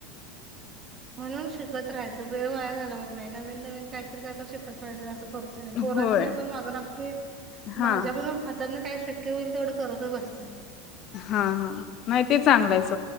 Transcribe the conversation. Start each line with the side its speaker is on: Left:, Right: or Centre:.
Right: म्हणून शिकत राहायचं. वेळ वाया घालवायच नाही. नवीन नवीन काहीतर काहीतर शिकत राहायचं असं करतोय पोरासनी
Left: होय
Right: आपण माग लागतोय,
Left: हा
Right: माझ्या पण त्यांना काय शक्य होईल तेवढं करतच बसतय.
Left: हा हा माहितीहाय चांगलंच.